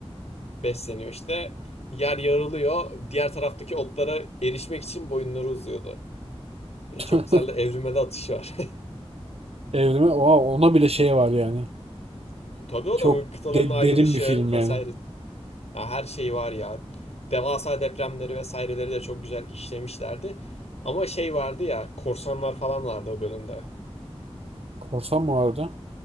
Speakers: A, on the left; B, on the right.
A: besleniyor işte. Yer yarılıyor. Diğer taraftaki otlara erişmek için boyunları uzuyordu. E,
B: <laughs>
A: çok güzel de evrime de atışı var.
B: Evrime oha, ona bile şey var yani.
A: <laughs> Tabii o
B: Çok
A: da mı kıtaların
B: de-
A: ayrılışı
B: derin bir film
A: vesaire
B: yani.
A: Ya her şey var ya. Devasa depremleri vesaireleri de çok güzel işlemişlerdi. Ama şey vardı ya, korsanlar falan vardı o bölümde.
B: Korsan mı vardı?